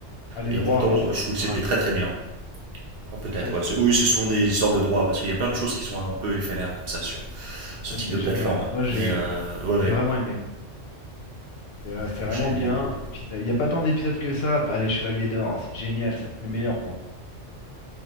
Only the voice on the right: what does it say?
Et
pourtant,
je
trouve
que
c'était
très très bien. Ah, Peut-être,
ouais. C'est- Oui, c'est souvent des histoires de droits parce qu'il y a plein de choses qui sont un peu éphémères comme ça sur ce
type
de plateforme.
Mais
euh, ouais,
ouais.
Ouais,
moi
j'ai.